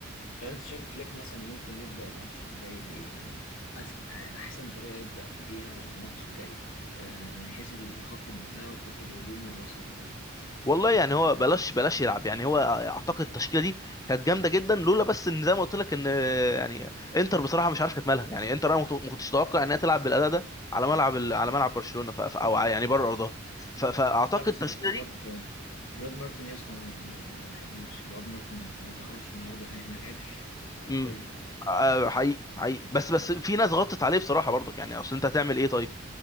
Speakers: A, on the left (about 80°); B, on the left (about 15°).
A: طب انت شايف فليك مثلا ممكن يبدا الماتش الجاي بايه يعني أس... آه، احسن طريقه يبدا بيها الماتش الجاي آه من حيث خط الدفاع وخط الهجوم والوسط وكده
B: والله يعني هو بلاش بلاش يلعب يعني هو اعتقد التشكيله دي كانت جامده جدا لولا بس ان زي ما قلت لك ان يعني انتر بصراحه مش عارف كانت مالها يعني انتر انا ما كنت- ما كنتش اتوقع انها تلعب بالاداء ده على ملعب ال- على ملعب برشلونه ف... ف- او يعني بره ارضها ف... فاعتقد
A: لا بس
B: التشكيله
A: الواد
B: دي
A: الواد مارتن يا اسطى ما, ما ما بحبوش الواد مارتن ما, ما ظهرش النهارده نهائي ما لعبش حرفيا
B: امم آه، حقيقي حقيقي بس بس في ناس غطت عليه بصراحه برضك يعني اصل انت هتعمل ايه طيب